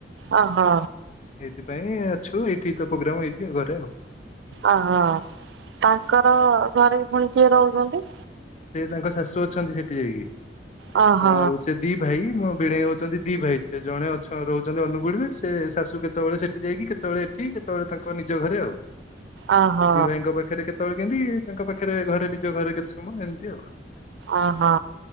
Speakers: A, on the right; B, on the left.
A: ଓହୋ।
B: ସେଇଥିପାଇଁ ଅଛୁ ଏଇଠି ତ ପ୍ରୋଗ୍ରାମ ଏଇଠି ଘରେ ଆଉ।
A: ଓହୋ ତାଙ୍କର ଘରେ ପୁଣି କିଏ ରହୁଛନ୍ତି?
B: ସେ ତାଙ୍କର ଶାଶୁ ଅଛନ୍ତି ସେଠି ଯାଇକି।
A: ଓହୋ
B: ଆ ଆଉ ସେ ଦି ଭାଇ ମୋ ବଣେଇ ହଉଛନ୍ତି ଦି ଭାଇ ସେ ଜଣେ ଅଛ ରହୁଛନ୍ତି ଅନୁଗୁଳରେ ସେ ଶାଶୁ କେତେବେଳେ ସେଠି ଯାଇକି କେତେବେଳେ ଏଠି କେତେବେଳେ ତାଙ୍କ ନିଜ ଘରେ ଆଉ।
A: ଅ ହ।
B: ଦି ଭାଇଙ୍କ ପାଖରେ କେତେବେଳେ କେମିତି ତାଙ୍କ ପାଖରେ ଘରେ ନିଜ ଘରେ କେତେ ସମୟ ଏମିତି ଆଉ।
A: ଓହୋ।